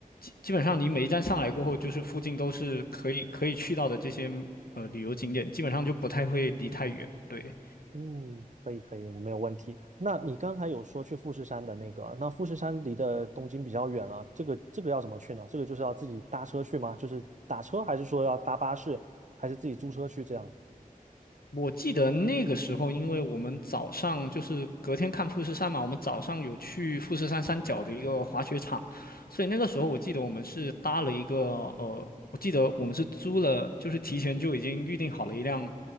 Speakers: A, on the left; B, on the right.
A: 基本上你每一站上来过后，就是附近都是可以可以去到的这些呃旅游景点，基本上就不太会离太远，对。
B: 嗯，可以可以，我没有问题。那你刚才有说去富士山的那个，那富士山离的东京比较远了，这个这个要怎么去呢？这个就是要自己搭车去吗？就是打车，还是说要搭巴士，还是自己租车去这样？
A: 我记得那个时候，因为我们早上就是隔天看富士山嘛，我们早上有去富士山山脚的一个滑雪场，所以那个时候我记得我们是搭了一个呃，我记得我们是租了，就是提前就已经预定好了一辆，